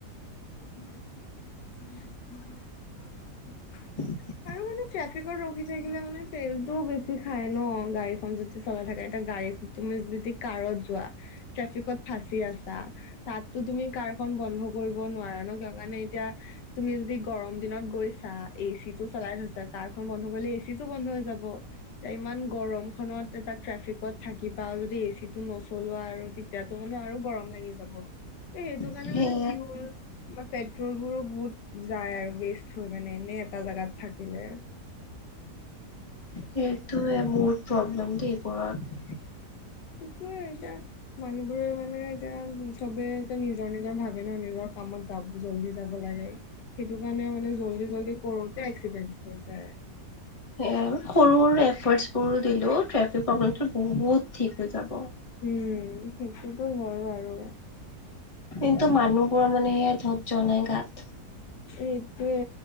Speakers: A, on the left (about 85°); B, on the left (about 25°).
A: <inaudible>
B: <inaudible>
A: আৰু মানে, ট্ৰেফিকত ৰখি থাকিলে মানে তেলটোও বেছি খাই ন? গাড়ীখন যদি চলাই থাকে। এটা গাড়ী তুমি যদি কাৰত যোৱা, ট্ৰেফিকত ফাঁচি আছা তাততো তুমি কাৰখন বন্ধ কৰিব নোৱাৰা ন, কিয় কাৰণে এতিয়া তুমি যদি গৰম দিনত গৈছা, এচিত টো চলাই থৈছা, কাৰ খন বন্ধ হৈ কৰিলে এচিটো বন্ধ হৈ যাব। এতিয়া ইমান গৰমখনত তাত ট্ৰেফিকত থাকিবা যদি এচিটো নচলোৱা, আৰু তেতিয়াতো মানে আৰু গৰম লাগি যাব। এ, সেইটো কাৰণে
B: সেয়াই
A: মানে ফিউল তোমাৰ পেট্ৰ'লবোৰো বহুত যায় আৰু ৱেষ্ট হয় মানে, এনেই এটা জাগাত থাকিলে।
B: সেইটোৱে মোৰ প্ৰব্লেম, <unintelligible>
A: সেইটোয়ে এতিয়া মানুহবোৰে মানে এতিয়া চবে এতিয়া নিজৰ নিজৰ ভাগে ভাগে ন, নিজৰ কামত যাব, জল্দি যাব লাগে। সেইটো কাৰণে মানে জল্দি জল্দি কৰোঁতে এক্সিডেন্ট হৈ যায়।
B: সৰু-সৰু এফ'ৰ্টছবোৰ দিলেও ট্ৰেফিক প্ৰব্লেমটো বহুত ঠিক হৈ যাব।
A: উম, সেইটোতো হয় বাৰু।
B: কিন্তু মানুহবোৰৰ মানে সেয়া, ধৈৰ্য নাই গাত।
A: এইটোৱে।